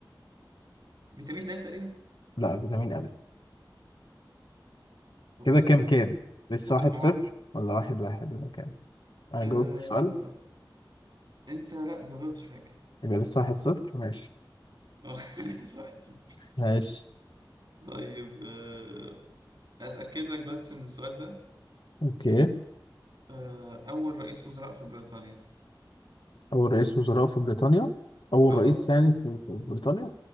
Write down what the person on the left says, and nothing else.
لا فيتامين أ
كده كام
كام لسه
واحد
صفر ولا واحد واحد ولا كام انا
جاوبت سؤال
يبقى لسه واحد صفر ماشي
ماشي
اوكي
اول رئيس وزراء في بريطانيا اول
رئيس يعني في في بريطانيا